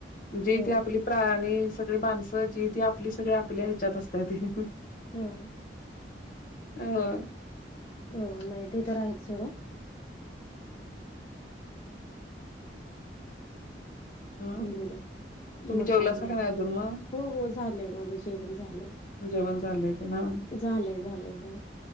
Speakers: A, on the left; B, on the left.
A: जे
B: हो
A: ते आपली प्राणी सगळी माणसं जी ती आपली सगळी आपल्या ह्याच्यात असत्याती.
B: हम्म
A: अं हो
B: हो नाही ते तर आहेचं सोडा
A: हा
B: बोला
A: तुम्ही
B: मग
A: जेवलासा
B: काही नाही
A: का
B: बघा
A: अजून मग
B: हो हो झालंय माझं जेवण झालंय.
A: जेवण झालंय ते ना
B: झालय झालय हो